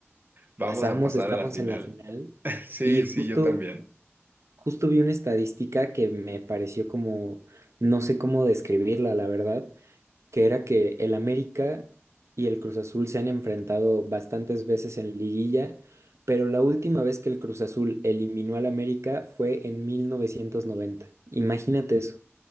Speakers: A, on the right (about 45°); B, on the right (about 85°).
A: Vamos
B: Pasamos,
A: a pasar
B: estamos
A: a la final.
B: en la final
A: <laughs> Sí,
B: y justo,
A: sí, yo también.
B: justo vi una estadística que me pareció como, no sé cómo describirla, la verdad, que era que el América y el Cruz Azul se han enfrentado bastantes veces en liguilla, pero la última vez que el Cruz Azul eliminó al América fue en mil novecientos noventa Imagínate eso,